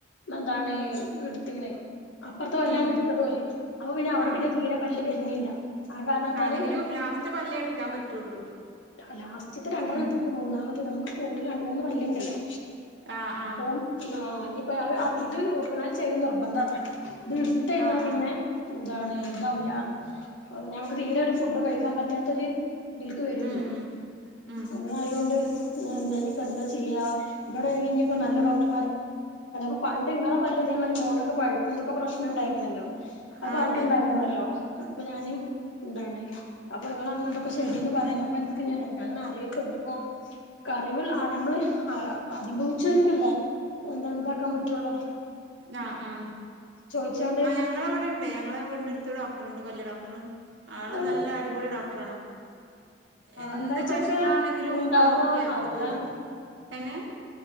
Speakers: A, on the left; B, on the right.
A: എന്താണ് എടുത്തിക്കണെ- അപ്പുറത്തെ പല്ലാണ്
B: ഉം
A: എടുത്തത് ഓല് അപ്പൊ പിന്നെ അവിടെ
B: ആഹ്
A: പിന്നെ തീരെ പല്ല് വരുന്നില്ല ആ കാരണത്താല്
B: അല്ലെങ്കിലും ലാസ്റ്റ് പല്ലേ ഇടുക്കാൻ പറ്റുള്ളൂ
A: ലാസ്റ്റിലത്തെ രണ്ടെണ്ണം
B: ഉം
A: എടുത്ത് മൂന്നാമത്തെ നമ്മുക്ക് കോട്ടിൽ രണ്ട് മൂന്ന് പല്ല് ഇണ്ടല്ലോ
B: ആഹ് ആഹ്
A: പ്പോം ആ ഇഞ്ഞിപ്പോ ഇത് റൂട്ട് കനാലാൽ ചെയ്യുന്നത് നിർബന്ധം അത്രെ ഇത് ഇടുത്ത് കഴിഞ്ഞാൽ
B: ആഹ്
A: പിന്നെ
B: ആഹ്
A: ന്താണ് ഇതാവില്ല ഞമ്മക്ക് തീരെ ഒരു ഫുഡും കഴിക്കാൻ പറ്റാത്തൊരു തിൽക്ക് വരും
B: ഉം
A: ന്ന്
B: ഉം ഉം
A: അങ്ങനെ ആയൊണ്ട് ഞാൻ എന്താ ഇപ്പ എന്താ ചെയ്യാ ഇവിടെ ഇനിയിപ്പോ നല്ല ഡോക് അപ്പ എന്തൊക്കെ പ്രശ്നം ഉണ്ടായിരുന്നല്ലോ അത്
B: ആഹ്
A: പറഞ്ഞിട്ടുണ്ടായിരുന്നല്ലോ
B: ഉണ്ടായിരുന്നു
A: അപ്പൊ ഞാന് ഇന്താണ് അപ്പൊ നിങ്ങള് അന്ന് എന്തെക്കെ ചെയ്തന്ന് പറയുന്നപ്പ ക്ക് ഞാങ്ങനെ ആലോക്കുവാ ഇഞ്ഞിപ്പോ കറിവിൽ നമ്മള് അനുഭവിച്ചർക്കല്ലേ എന്താണ് ഇതാക്കാൻ പറ്റുള്ളോ
B: ആഹാ ആഹാ
A: ചോദിച്ചാണ്ട്
B: അ ഞങ്ങളവിടെണ്ട് ഞങ്ങടെ വീടിന്റെ അടുത്ത് ഡോക്ടർ ഉണ്ട് പല്ല് ഡോക് ആള്
A: ആഹ്
B: നല്ല അടിപൊളി ഡോക്ടറാണ് എന്ത്
A: എന്താഴ്ചൊക്കെ
B: പ്രശ്നണെങ്കിലും
A: ഉണ്ടാവാന്നാവല്ലേ
B: അത് ഓകെ ആക്കിത്തരും എങ്ങനെ